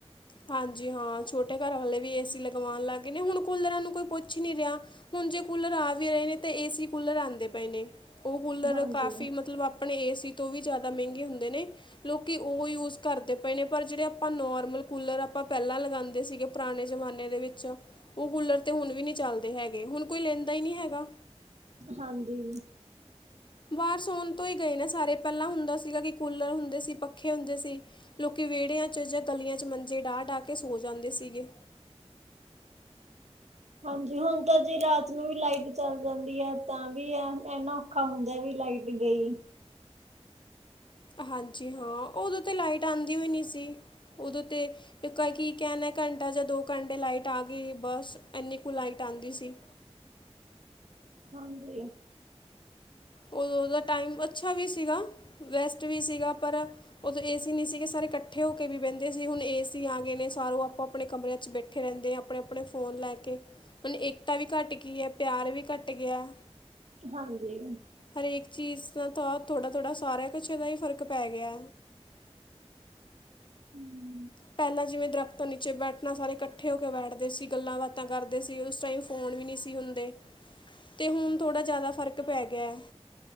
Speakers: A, on the left (about 45°); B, on the right (about 80°).
A: ਹਾਂਜੀ। ਹਾਂ, ਛੋਟੇ ਘਰ ਵਾਲੇ ਵੀ ਏ ਸੀ ਲਗਵਾਣ ਲੱਗ ਗਏ ਨੇ। ਹੁਣ, ਕੁਲਰਾਂ ਨੂੰ ਕੋਈ ਪੁੱਛ ਹੀ ਨੀ ਰਿਆ। ਹੁਣ ਜੇ ਕੂਲਰ ਆ ਵੀ ਰਏ ਨੇ ਤੇ ਏਸੀ ਕੂਲਰ ਆੰਦੇ ਪਏ ਨੇ। ਔ ਕੂਲਰ
B: ਹਾਂਜੀ
A: ਕਾਫੀ ਮਤਲਬ ਆਪਣੇ ਏ ਸੀ ਤੋਂ ਵੀ ਜਾਦਾ ਮੈੰਗੇ ਹੁੰਦੇ ਨੇ, ਲੋਕੀ ਓਹ ਯੂਸ ਕਰਦੇ ਪਏ ਨੇ, ਪਰ ਜੇੜੇ ਅਪਾਂ ਨੋਰਮਲ ਕੂਲਰ ਅਪਾਂ ਪੈਲਾਂ ਲਗਾੰਦੇ ਸੀਗੇ, ਪੁਰਾਣੇ ਜਮਾਨੇ ਦੇ ਵਿੱਚ‌ ਓਹ ਕੂਲਰ ਤੇ ਹੁਣ ਵੀ ਨੀ ਚੱਲਦੇ ਹੈਗੇ। ਹੁਣ ਕੋਈ ਲੈਂਦਾ ਈ ਨੀ ਹੈਗਾ।
B: ਹਾਂਜੀ।
A: ਬਾਰ ਸੌਣ ਤੋਂ ਹੀ ਗਏ ਨੇ ਸਾਰੇ, ਪੈਲਾਂ ਹੁੰਦਾ ਸੀਗਾ ਕਿ ਕੂਲਰ ਹੁੰਦੇ ਸੀ, ਪੱਖੇ ਹੁੰਦੇ ਸੀ। ਲੋਕੀ ਵੇੜਿਆਂ ਚ ਜਾਂ ਗਲੀਆਂ ਚ ਮੰਜੀ ਡਾ-ਡਾ ਕੇ ਸੋ ਜਾਂਦੇ ਸੀਗੇ।
B: ਹਾਂਜੀ, ਹੁਣ ਤਾਂ ਜੇ ਰਾਤ ਨੂੰ ਵੀ ਲਾਈਟ ਚੱਲ ਜਾਂਦੀ ਐ ਤਾਂ ਵੀ ਐ ਐਹ ਨਾ ਔਖਾ ਹੁੰਦੈ ਬੀ ਲਾਈਟ ਗਈ।
A: ਹਾਂਜੀ ਹਾਂ, ਓਦੋਂ ਤੇ ਲਾਈਟ ਆੰਦੀ ਵੀਈ ਨੀ ਸੀ, ਉਦੋਂ ਤੇ ਇੱਕੋਏ ਕੀ ਕੈਣਾ ਘੰਟਾ ਜਾਂ ਦੋ ਘੰਟੇ ਲਾਈਟ ਆ ਗੀ ਬਸ ਐਨੀ ਕੁ ਲਾਈਟ ਆੰਦੀ ਸੀ।
B: <unintelligible>
A: ਉਦੋਂਦਾ ਟਾਈਮ ਅੱਛਾ ਵੀ ਸੀਗਾ ਵੈਸਟ ਵੀ ਸੀਗਾ ਪਰ ਉਦੋਂ ਏਸੀ ਨਹੀਂ ਸੀਗੇ ਸਾਰੇ ਇਕੱਠੇ ਹੋ ਕੇ ਵੀ ਬੈਂਦੇ ਸੀ ਹੁਣ ਏਸੀ ਆ ਗਏ ਨੇ ਸਾਰੋਂ ਆਪਾਂ ਆਪਣੇ ਕਮਰਿਆਂ ਚ ਬੈਠੇ ਰੈਂਦੇ ਆ ਆਪਣੇ ਆਪਣੇ ਫ਼ੋਨ ਲੈ ਕੇ ਉਨ ਏਕਤਾ ਵੀ ਘੱਟ ਗਈ ਹੈ ਪਿਆਰ ਵੀ ਘੱਟ ਗਿਆ
B: ਹਾਂਜੀ
A: ਹਰੇਕ ਚੀਜ਼ ਦਾ ਤਾਂ ਥੋੜ੍ਹਾ ਥੋੜ੍ਹਾ ਸਾਰਾ ਕੁਛ ਇਹਦਾ ਹੀ ਫ਼ਰਕ ਪੈ ਗਿਆ।
B: ਹਮ
A: ਪਹਿਲਾਂ ਜਿਵੇਂ ਦਰੱਖਤਾਂ ਨੀਚੇ ਬੈਠਣਾ ਸਾਰੇ ਇਕੱਠੇ ਹੋ ਕੇ ਬੈਠਦੇ ਸੀ ਗੱਲਾਂ ਬਾਤਾਂ ਕਰਦੇ ਸੀ ਉਸ ਟਾਈਮ ਫੋਨ ਵੀ ਨਹੀਂ ਸੀ ਹੁੰਦੇ ਤੇ ਹੁਣ ਥੋੜਾ ਜਿਆਦਾ ਫ਼ਰਕ ਪੈ ਗਿਆ